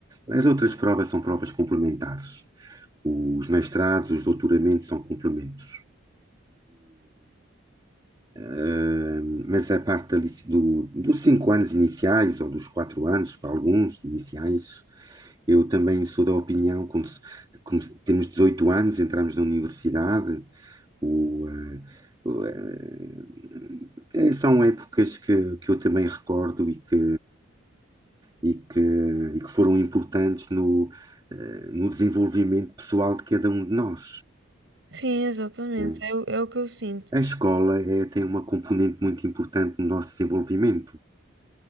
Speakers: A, on the right (about 20°); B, on the right (about 60°).
A: As outras provas são provas complementares. Os mestrados, os doutoramentos são complementos. Uh, mas a parte da do, dos cinco anos iniciais, ou dos quatro anos, para alguns iniciais, eu também sou da opinião, como, se- como se- temos 18 anos, entramos na universidade, o, eh, o, eh, eh, são épocas que, que eu também recordo e que, e que, e que foram importantes no, eh, no desenvolvimento pessoal de cada um de nós.
B: Sim, exatamente,
A: né?
B: é, o- é o que eu sinto.
A: A escola eh, tem uma componente muito importante no nosso desenvolvimento.